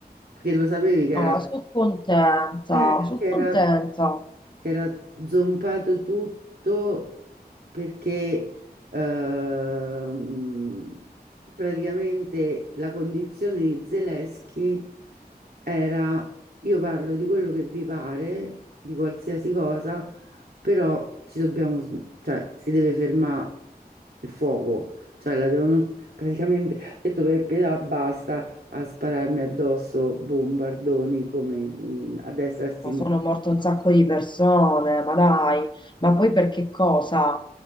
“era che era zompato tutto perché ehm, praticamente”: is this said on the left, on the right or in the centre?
Right